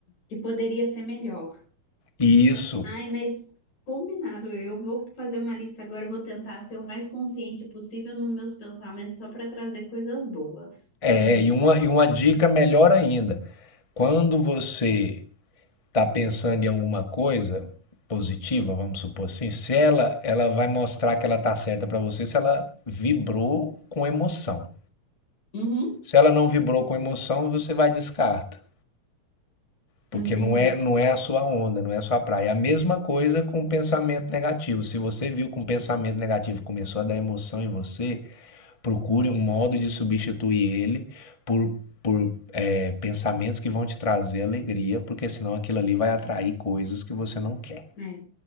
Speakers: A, on the left; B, on the left.
A: Que poderia ser melhor.
B: E isso
A: Ai, mas combinado, eu vou fazer uma lista agora, eu vou tentar ser o mais consciente possível nos meus pensamentos só para trazer coisas boas.
B: é,
A: <laughs>
B: e uma, e uma dica melhor ainda. Quando você tá pensando em alguma coisa positiva, vamos supor assim, se ela, ela vai mostrar que ela tá certa para você se ela vibrou com emoção.
A: Uhum,
B: Se ela não vibrou com emoção, você vai descarta, porque
A: entendi.
B: não é, não é a sua onda, não é a sua praia. É A mesma coisa com pensamento negativo. Se você viu que um pensamento negativo começou a dar emoção em você, procure um modo de substituir ele por por eh, pensamentos que vão te trazer alegria, porque senão aquilo ali vai atrair coisas que você não quer.
A: É,